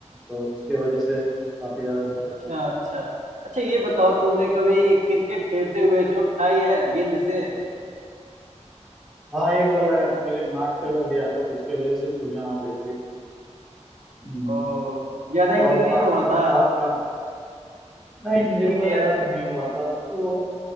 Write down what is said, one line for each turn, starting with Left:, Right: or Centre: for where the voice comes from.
Centre: तो उसके वजह से काफी ज्यादा दिक्कत
Right: अच्छा
Centre: है
Right: अच्छा अच्छा ये बताओ तुमने कभी क्रिकेट खेलते हुए चोट खाई है गेंद से
Centre: हाँ एक बार लगा था मेरे नाक पे लग गया था तो उसके वजह से सूजन आ गई थी हम्म,
Right: ओ ज्यादा
Centre: और
Right: इंजरी नहीं
Centre: आ,
Right: ना हुआ था
Centre: आपका नहीं इंजरी
Right: मेरा
Centre: वगैरह तो नहीं हुआ था तो लो,